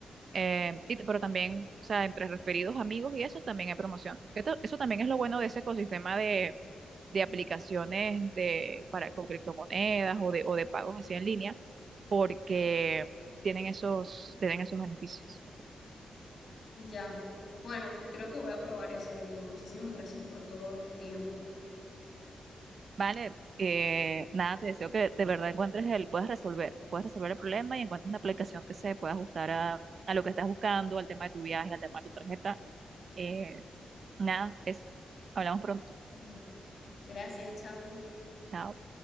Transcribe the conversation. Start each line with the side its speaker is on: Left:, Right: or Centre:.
Right: Eh, y, t- pero también, o sea, entre referidos, amigos y eso también hay promoción. Esto- eso también es lo bueno de ese ecosistema de de aplicaciones de, para, con criptomonedas o de, o de pagos así en línea, porque tienen esos, tienen esos beneficios.
Left: Ya. Bueno, creo que voy a probar esa, Iria. Muchísimas gracias por todo tu tiempo.
Right: Vale, eh, nada, te deseo que de verdad encuentres el, puedas resolver, puedas resolver el problema y encuentres una aplicación que se pueda ajustar a, a lo que estás buscando, al tema de tu viaje, al tema de tu tarjeta. Eh, nada, eso. Hablamos pronto.
Left: Bueno, gracias, chao.
Right: Chao.